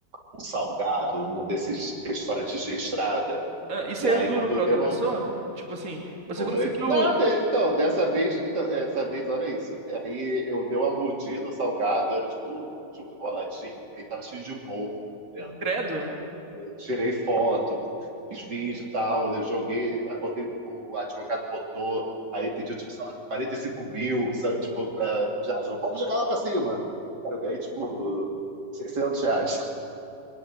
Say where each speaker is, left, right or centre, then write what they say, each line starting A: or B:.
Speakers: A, on the right; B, on the right.
A: um salgado num desses
B: E,
A: restaurantes de estrada.
B: ah, e saiu
A: E aí,
B: duro
A: quando
B: pra
A: eu dei
B: outra
A: uma.
B: pessoa? Tipo assim, você
A: Oi?
B: conseguiu.
A: Nada! Então, dessa vez, então, essa vez, olha isso. Aí eu dei uma mordida no salgado, era tipo um enroladinho. Ele tava cheio de mofo. dentro.
B: Credo?
A: Eu tirei foto, fiz vídeo e tal, eu joguei, aí botei, o, o advogado botou, aí pediu, tipo, sei lá, 45 mil, sabe? Tipo, pra. Já, vamos jogar lá pra cima. Cara, eu ganhei, tipo, 600 reais.